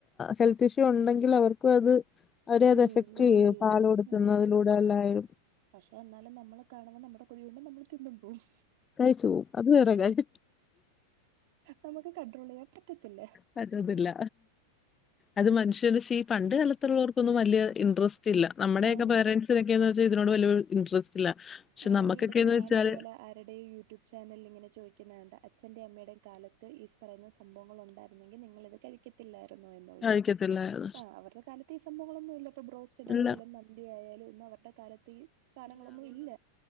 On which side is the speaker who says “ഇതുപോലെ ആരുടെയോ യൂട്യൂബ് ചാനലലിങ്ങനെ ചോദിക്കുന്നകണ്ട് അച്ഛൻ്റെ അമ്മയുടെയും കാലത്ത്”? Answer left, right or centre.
Right